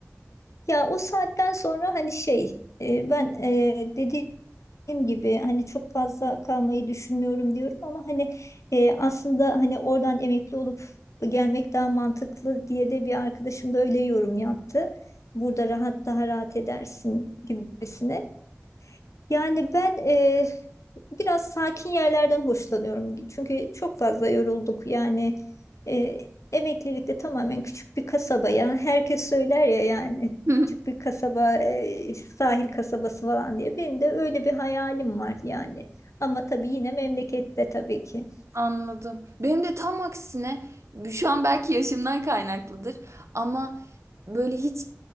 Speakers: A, on the left; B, on the right.
A: Ya o saatten sonra hani şey e, ben e, dediğim gibi hani çok fazla kalmayı düşünmüyorum diyorum ama hani e, aslında hani oradan emekli olup gelmek daha mantıklı diye de bir arkadaşım da öyle yorum yaptı. Burada rahat daha rahat edersin gibisine. Yani ben e, biraz sakin yerlerden hoşlanıyorum. Çünkü çok fazla yorulduk. Yani e, emeklilikte tamamen küçük bir kasabaya herkes söyler ya yani
B: <laughs>
A: küçük bir kasaba e, sahil kasabası falan diye. Benim de öyle bir hayalim var yani. Ama tabii yine memlekette tabii ki.
B: Anladım. Benim de tam aksine şu an belki yaşımdan kaynaklıdır ama böyle hiç